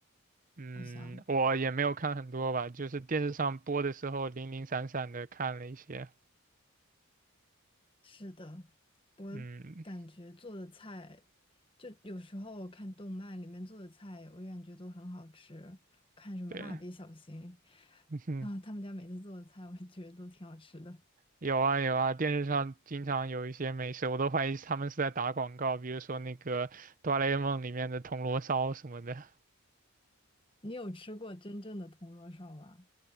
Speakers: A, on the right; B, on the left.
A: 嗯，
B: 好像。
A: 我也没有看很多吧，就是电视上播的时候零零散散的看了一些。
B: 是的，我感觉做的菜，
A: 嗯，
B: 就有时候我看动漫里面做的菜，我感觉都很好吃。看什么《蜡笔小新》
A: 对，<laughs> 嗯哼，
B: 啊，他们家每次做的菜，我觉得都挺好吃的。
A: 有啊有啊，电视上经常有一些美食，我都怀疑他们是在打广告，比如说那个《哆啦 A 梦》里面的铜锣烧什么的。
B: 你有吃过真正的铜锣烧吗？